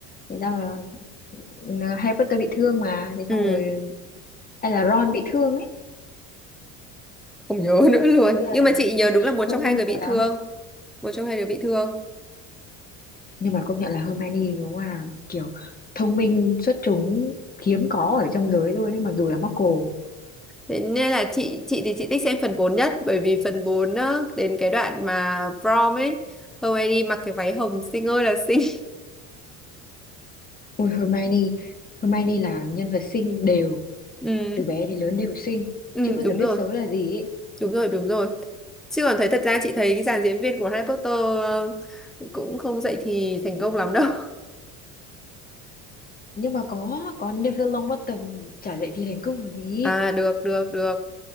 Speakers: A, on the left; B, in the centre.
A: thế xong là ừ, Harry Potter bị thương mà thế
B: ừ
A: xong rồi hay là Ron bị thương ấy
B: không nhớ <laughs> nữa luôn
A: Thế là
B: nhưng
A: thằng-
B: mà chị nhớ đúng là một
A: không
B: trong hai
A: không
B: người
A: nhớ
B: bị
A: lắm
B: thương một trong hai đứa bị thương
A: nhưng mà công nhận là Hermione đúng là kiểu thông minh xuất chúng hiếm có ở trong giới luôn ấy mặc dù là Muggle
B: Thế nên là chị chị thì chị thích xem phần 4 nhất bởi vì phần 4 á, đến cái đoạn mà prom ấy Hermione mặc cái váy hồng xinh ơi là xinh
A: ôi Hermione Hermione là nhân vật xinh đều
B: <laughs> ừ
A: từ bé đến lớn đều xinh
B: Ừ,
A: chưa bao
B: đúng
A: giờ biết
B: rồi,
A: xấu là gì ấy
B: đúng rồi, đúng rồi. Chứ còn thấy thật ra chị thấy cái dàn diễn viên của Harry Potter ờ, cũng không dậy thì thành công lắm đâu. <laughs>
A: nhưng mà có có Neville Longbottom chả dạy thì thành công là gì
B: À, được, được, được.